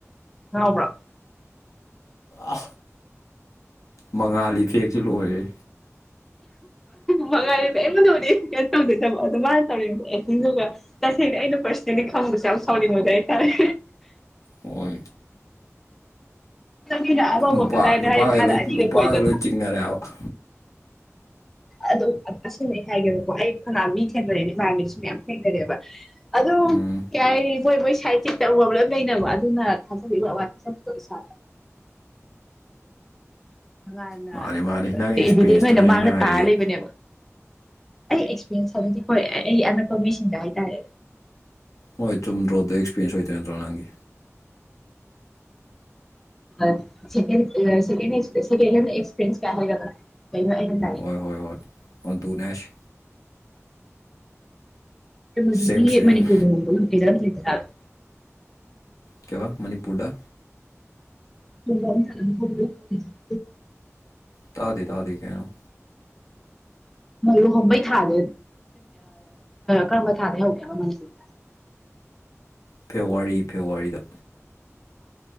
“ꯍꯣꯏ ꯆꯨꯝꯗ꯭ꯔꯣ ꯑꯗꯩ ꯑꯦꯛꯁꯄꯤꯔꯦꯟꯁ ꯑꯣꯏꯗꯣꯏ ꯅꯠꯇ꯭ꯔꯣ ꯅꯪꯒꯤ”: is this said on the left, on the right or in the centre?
Left